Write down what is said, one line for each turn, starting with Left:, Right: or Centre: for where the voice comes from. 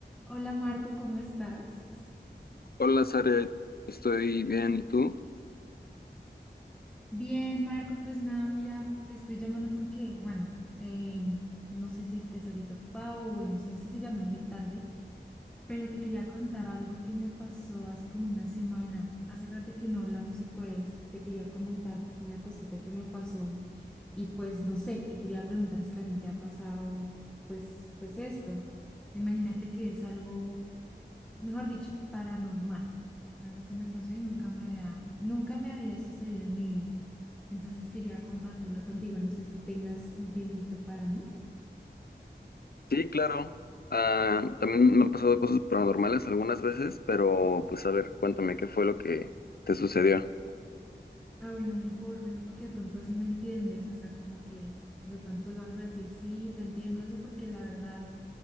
Centre: Hola Marco, ¿cómo estás?
Left: Hola, Zaret, estoy bien, ¿y tú?
Centre: Bien, Marco, pues nada, mira, te estoy llamando porque, bueno, eh, no sé si estés ahorita ocupado, o bueno, no sé si llamé muy tarde, pero te quería contar algo que me pasó hace como una semana. Hace rato que no hablamos y pues te quería comentar una cosita que me pasó y pues no sé, te quería preguntar si también te ha pasado pues, pues esto. Imagínate que es algo mejor dicho, paranormal, algo que me pasó y nunca me había, nunca me había sucedido en mi vida. Entonces quería compartirlo contigo, no sé si tengas un tiempito para mí.
Left: Sí, claro. Ah, también me han pasado cosas paranormales algunas veces, pero pues a ver, cuéntame qué fue lo que te sucedió.
Centre: Ah, bueno, mejor, mejor porque de pronto así me entiendes, o sea, como que de pronto vas a decir, sí, te entiendo eso, porque la verdad,